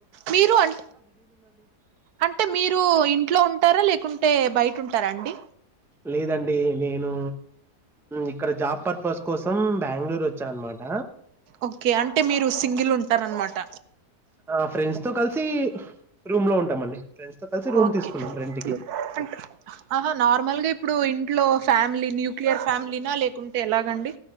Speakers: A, on the right; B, in the centre.
A: మీరు అం అంటే మీరు ఇంట్లో ఉంటారా లేకుం లేకుంటే బయట ఉంటారా అండి
B: లేదండి నేను ఇక్కడ జాబ్ పర్పస్ కోసం బెంగళూరు వచ్చా అనమాట
A: ఓకే అంటే మీరు సింగిల్ ఉంటారన్నమాట
B: ఆ ఫ్రెండ్స్ తో కలిసి రూమ్ లో ఉంటాం అండి ఫ్రెండ్స్ తో కలిసి రూమ్
A: ఓకే
B: తీసుకున్నాం రెంట్కి
A: అంటే ఆహా నార్మల్గా ఇప్పుడు ఇంట్లో ఫ్యామిలీ న్యూక్లియర్ ఫ్యామిలీనా లేకుంటే ఎలాగండి